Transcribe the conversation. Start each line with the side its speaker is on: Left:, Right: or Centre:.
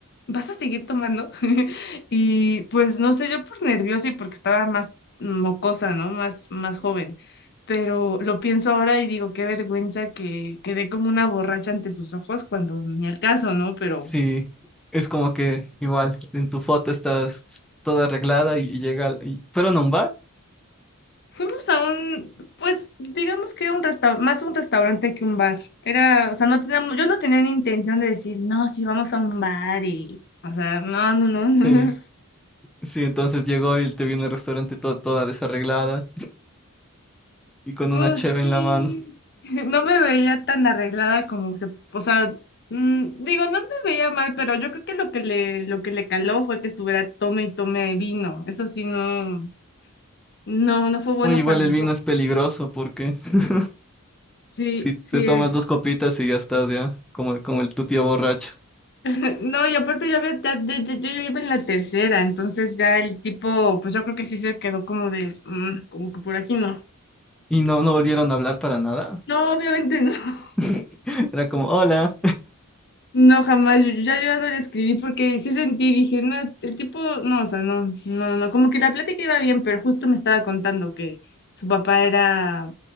Left: ¿vas a seguir tomando? <laughs> Y pues no sé, yo por nerviosa y porque estaba más mocosa, ¿no? Más, más joven pero lo pienso ahora y digo, qué vergüenza que quedé como una borracha ante sus ojos cuando ni al caso, ¿no? Pero
Centre: Sí, es como que igual en tu foto estás toda arreglada y, y llega, y- pero no un bar.
Left: fuimos a un, pues digamos que era un restaurante, más un restaurante que un bar. Era, o sea, no teníamos, yo no tenía ni intención de decir, no, sí, vamos a un bar y, o sea, no, no, no, no.
Centre: Sí,
Left: <laughs>
Centre: sí, entonces llegó y te vino al restaurante to- toda desarreglada y con
Left: Pues
Centre: una cheve
Left: sí,
Centre: en la mano.
Left: <laughs> no me veía tan arreglada como se, o sea, Mm, Digo, no me veía mal, pero yo creo que lo que le, lo que le caló fue que estuviera tome y tome vino. Eso sí, no, No, no fue bueno
Centre: O igual
Left: para
Centre: el
Left: sus
Centre: vino
Left: ojos.
Centre: es peligroso porque <laughs>
Left: Sí,
Centre: si te
Left: sí
Centre: tomas
Left: es.
Centre: dos copitas y ya estás ya, como, el- como el tu tío borracho.
Left: <laughs> No, y aparte yo había, ya- ya- ya- yo ya iba en la tercera, entonces ya el tipo, pues yo creo que sí se quedó como de, "Mm, como que por aquí no.
Centre: Y no, no volvieron a hablar para nada.
Left: No, obviamente no. <laughs>
Centre: <laughs> Era como, hola.
Left: No, jamás. Yo, yo ya yo no le escribí porque sí sentí, dije, no, el tipo, no, o sea, no, no, no, no". como que la plática iba bien, pero justo me estaba contando que su papá era,